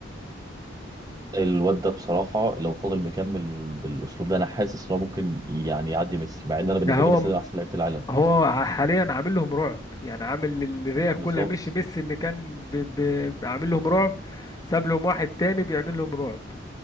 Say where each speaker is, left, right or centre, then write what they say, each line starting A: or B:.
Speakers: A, on the right (about 20°); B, on the left (about 20°).
A: الواد ده بصراحه لو فضل مكمل بالاسلوب ده انا حاسس ان هو ممكن يعني يعدي ميسي مع ان انا
B: ده
A: بالنسبه
B: هو
A: لي ميسي
B: م-
A: ده احسن لعيبه العالم
B: هو ع- حاليا عامل لهم رعب يعني عامل الريا كلها
A: بالظبط
B: مش ميسي اللي كان ب... ب... عامل لهم رعب ساب لهم واحد تاني بيعمل لهم رعب